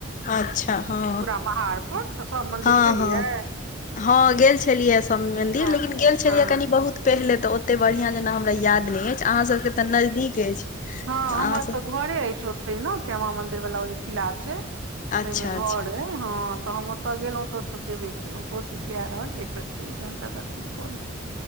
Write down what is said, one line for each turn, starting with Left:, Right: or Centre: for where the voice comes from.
Left: अच्छा हाँ।
Right: पूरा महार पर तऽ सब मंदिर
Left: हँ,
Right: गेलियै
Left: हँ हाँ गेल छलियै शामी मन्दिर
Right: सब
Left: लेकिन
Right: मंदिर
Left: गेल छलियै
Right: हँ
Left: कनि बहुत पहिले तऽ ओते बढ़िआं जेना हमरा याद नहि अछि अहाँसभ के तऽ नजदीक अछि
Right: हँ
Left: तऽ अहाँसभ
Right: हमर घरे अछि ओते ने श्यामा मंदिर वाला ओ किला छै,
Left: अच्छा
Right: ताइ में घर
Left: अच्छा
Right: अ हँ, तऽ हम ओतय गेलहुं तऽ ओतऽ जेबे केलहुँ। कोशिश इएह रहल एक बेेर चलि जाउ तनिटा दर्शन कऽ ले